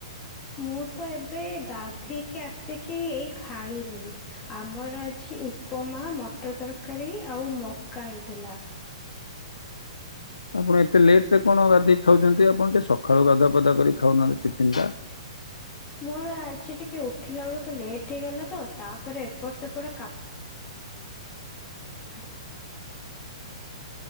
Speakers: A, on the left; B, on the left.
A: ମୁଁ ତ ଏବେ ଗାଧୋଇକି ଆସିକି ଏଇ ଖାଇଲି। ଆମର ଆଜି ଉପମା, ମଟର ତରକାରୀ ଆଉ ମକା ହେଇଥିଲା।
B: ଆପଣ ଏତେ ଲେଟରେ କଣ ଗାଧେଇ ଖାଉଚନ୍ତି। ଆପଣ ଟିକେ ସକାଳୁ ଗାଧୁଆ ପାଧୁଆ କରି କି ଖାଉନାହାନ୍ତି ଟିଫନ୍ ଟା।
A: ମୋର ଆଜି ଟିକେ ଉଠିଲା ବେଳକୁ ଲେଟ୍ ହେଇ ଗଲା ତ, ତାପରେ ଏପଟ ସେପଟ କା <unintelligible>